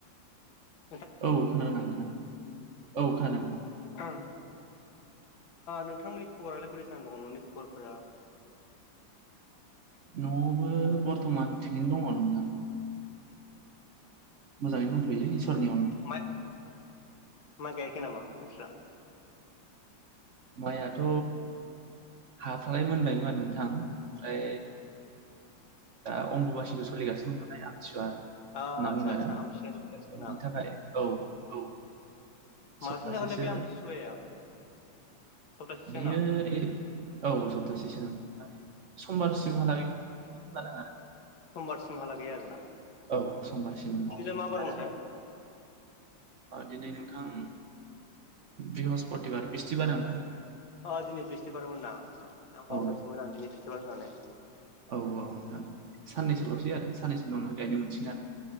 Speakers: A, on the left; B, on the right.
A: नोंथां।
B: औ खोनादों नोंथां। औ खोनादों नोंथां।
A: ओ नोंथांमोननि खबरालाय बोरै जाना दङ' न'नि खबरफोरा?
B: न'आवबो बरथमान थिगैनो दङ' नोंथां। मोजाङै दंथ'यो इसोरनि अननायाव।
A: मा माइ गायाखै नामा नोंस्रा?
B: माइयाथ' हाफ्रालाय मोनबायमोन नोंथां ओमफ्राय दा अमबुबासिबो सोलिगासिनो दं नालाय आं। आथिसुवा होनना
A: आ आदसा
B: बुङो
A: आदसा
B: आरो
A: आमथिसुवा सफैगासिनो ना
B: बिनि थाखाय औ औ।
A: मालासिम
B: सप्तासेसो
A: थागोनथाय बे आमथिसुवाया सप्तासेसो
B: बियो
A: ना
B: ओरै औ सप्तासेसो नों थां समबारसिमहालागै थागोन बायदि खोनादों आरो
A: समबारसिमहालागैय आरोना बेनिफ्राय
B: औ समबारसिम मावजोबगोन
A: दिनैलाय मा बारमोनथाय।
B: आरो दिनै नोंथां बृहस्पतिबार बिस्थिबार नोंथां।
A: अ दिनै बिस्थिबारमोनना बावदोंसोमोन
B: औ
A: आं दिनै बिस्थिबार होननानै।
B: औ औ नोंथां साननैसो ल'सै आरो साननैसो उनावनो गायनो मोनसिगोन आरो।